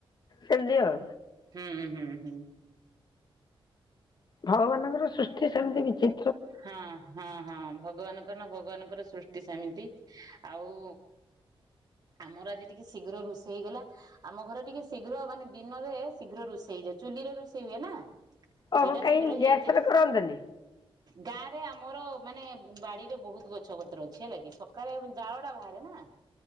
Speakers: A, on the left; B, on the right.
A: ସେମତି ଆଉ।
B: ହୁଁ ହୁଁ ହୁଁ।
A: ଭଗବାନଙ୍କର ସୃଷ୍ଟି ସେମତି କିଛି
B: ହଁ ହଁ ହଁ ଭଗବାନଙ୍କର ନା ଭଗବାନଙ୍କର ସୃଷ୍ଟି ସେମିତି ଆଉ ଆମର ଆଜି ଟିକେ ଶୀଘ୍ର ରୁଷେଇ ଗଲା। ଆମ ଘର ଟିକେ ଶୀଘ୍ର ମାନେ ଦିନରେ ଶୀଘ୍ର ରୁଷେଇ ଯାଏ ଚୁଲିରେ ରୁଷେଇ ହୁଏ ନା।
A: ଅହ
B: ସେଇଟା
A: କାଇଁ
B: ଶୀଘ୍ର
A: ଗ୍ୟାସରେ
B: ହେଇଯାଏ
A: କରନ୍ତନି?
B: ଗାଁ ରେ ଆମର ମାନେ ବ ବାଡିରେ ବହୁତ ଗଛ ପତ୍ର ଅଛି ହେଲା କି ସକାଳେ ଜାଳଟା ବାହାରେ ନା।